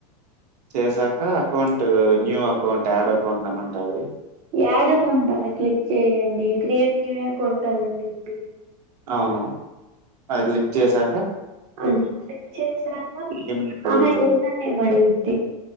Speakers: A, on the right (about 75°); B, on the right (about 30°).
A: చెసాక account new account add account అని ఉంటది.
B: యాడ్ అకౌంటని క్లిక్ చెయ్యండి క్రియేట్ న్యూ అకౌంటని ఉండిద్ది.
A: అవును అది లిక్ చేసాకా.
B: అది క్లిక్ చేసాక
A: ఈమెయిల్ అడుగుతుంది
B: ఆహా యూజర్ నేమ్ అడుగుద్ది.